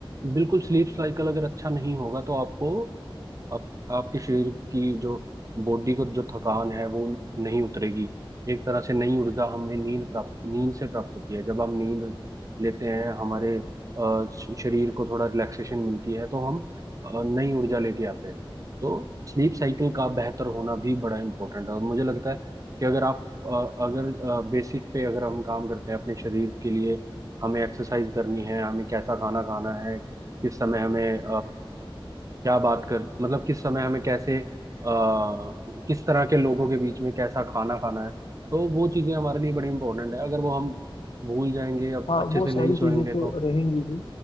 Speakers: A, on the right; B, on the left.
A: बिल्कुल स्लीप साइकिल अगर अच्छा नहीं होगा तो आपको आप, आपके शरीर की जो बॉडी को जो थकान है वो नहीं उतरेगी एक तरह से नई ऊर्जा हमें नींद प्राप्त नींद से प्राप्त होती है जब हम नींद लेते हैं हमारे अ, श- शरीर को थोड़ा रिलैक्सेशन मिलती है तो हम अ, नई ऊर्जा लेके आते हैं तो स्लीप साइकिल का बेहतर होना भी बड़ा इम्पोर्टेंट है और मुझे लगता है कि अगर आप अ, अगर बेसिक पे अगर हम काम करते हैं अपने शरीर के लिए हमें एक्सरसाइज करनी है हमें कैसा खाना खाना है किस समय हमें क्या बात कर मतलब किस समय हमें कैसे आ, किस तरह के लोगों के बीच में कैसा खाना खाना है तो वो चीजें हमारे लिए बड़ी इंपॉर्टेंट है अगर वो हम भूल जाएंगे या
B: हाँ
A: अच्छे
B: वो
A: से
B: सारी
A: नहीं सोएंगे
B: चीजें तो
A: तो
B: रहेंगी ही